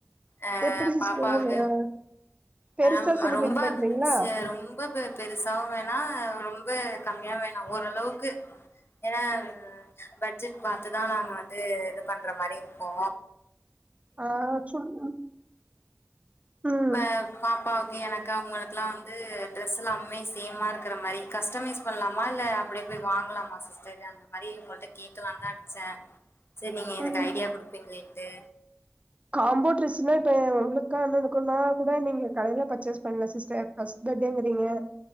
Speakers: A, on the left (about 60°); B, on the right (about 30°).
A: அ
B: எப்டி சிஸ்டர்
A: பாப்பாவுக்கு
B: அ பெருசா
A: அ
B: செலிப்ரேட்
A: ரொம்ப
B: பண்றீங்களா
A: ச ரொ ரொம்ப பெ பெருசாவு வேணா ரொம்ப கம்மியா வேணா ஓரளவுக்கு ஏன்னா பட்ஜெட் பாத்துதா நாங்க வந்து இது பண்ற மாரி இருப்போ
B: அ சும் ம்
A: இப்ப பாப்பாவுக்கு எனக்கு அவங்களுக்கெல்லா வந்து ட்ரெஸ் எல்லாம்மே சேமா இருக்கற மாரி கஸ்டமைஸ் பண்ணலாமா இல்ல அப்டியே போய் வாங்கலாமா சிஸ்டர் அந்த மாரி ஒங்கள்ட்ட கேக்கலா தா அடிச்சே சேரி நீங்க இதுக்கு
B: ம்
A: ஐடியா குடுப்பீங்களேன்ட்டு
B: காம்போ ட்ரெஸ்னா இப்ப உங்களுக்கா அண்ணனுக்கும்னா கூட நீங்க கடையில பர்ச்சேஸ் பண்ணுங்க சிஸ்டர் <unintelligible>